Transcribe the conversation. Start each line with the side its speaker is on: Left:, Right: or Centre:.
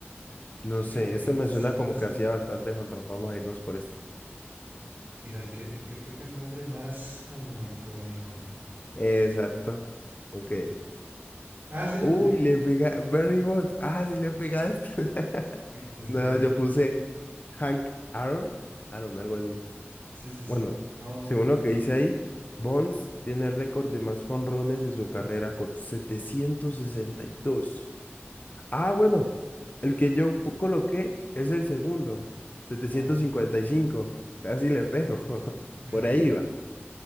Left: No
Right: Fíjate
Left: sé, este
Right: que este
Left: me suena
Right: sí,
Left: como
Right: no sé.
Left: que hacía bastante jonrón. Vamos a irnos por este.
Right: Mira, el que, el que tenga el nombre más como icónico.
Left: Exacto. Ok.
Right: Ah, sí la
Left: Uy,
Right: tiene.
Left: le pega. Barry Bonds. Ah, sí le pegaste. <laughs>
Right: Es
Left: No,
Right: Lady.
Left: yo puse Hank Aaron. Aaron, algo así.
Right: Sí, sí,
Left: Bueno,
Right: sí. No.
Left: según lo que dice ahí, Bonds tiene el récord de más jonrones en su carrera con 762. Ah, bueno, el que yo pu- coloqué es el segundo, setecientos
Right: ah,
Left: cincuenta y cinco. Casi le pego. <laughs>
Right: <laughs>
Left: Por ahí va.